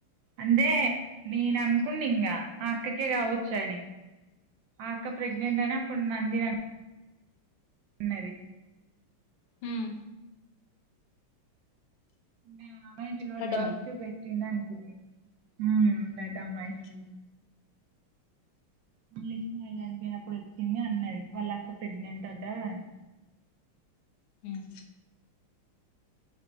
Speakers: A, on the right; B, on the left.
A: అంటే నేను అనుకుంన్ని ఇన్నా అక్కకే కావోచ్చు అని ఆ అక్క ప్రెగ్నెంట్ అని అప్పుడు అందిన అన్నది
B: ఉమ్.
A: బా మా అమ్మాయి డెల్వరి
B: రెడ్డమ్మాయి
A: కావచ్చు బోయి టిన్న నం హ దడ అమ్మాయి
B: ఉమ్.
A: మలీష్ మజానినికియినప్పుడు వచ్చింది అన్నది వాళ్ళు అక్కడ ప్రెగ్నెంట్ అంట అని
B: ఉమ్.